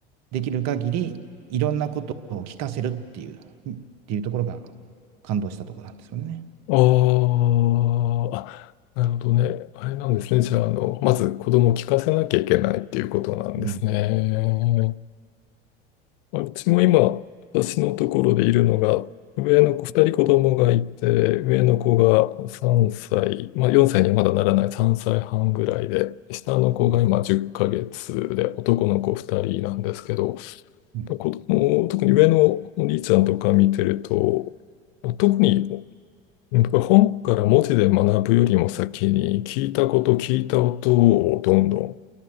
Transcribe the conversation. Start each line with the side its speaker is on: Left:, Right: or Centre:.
Right: できる限りいろんなことを聞かせるっていう、っていうところが感動したところなんですよね。
Left: ああ、あ、なるほどね。あれなんですね。じゃあ、あの、まず子供を聞かせなきゃいけないっていうことなんですね。
Right: うん
Left: うちも今、私のところでいるのが、上の子、2人子供がいて、上の子が3歳、まあ4歳にはまだならない3歳半ぐらいで、下の子が今10ヶ月で、
Right: うん
Left: 男の子2人なんですけど、
Right: うん
Left: 子供、特に上のお兄ちゃんとか見てると、特にうん僕は本から文字で学ぶよりも先に聞いたこと聞いた音をどんどん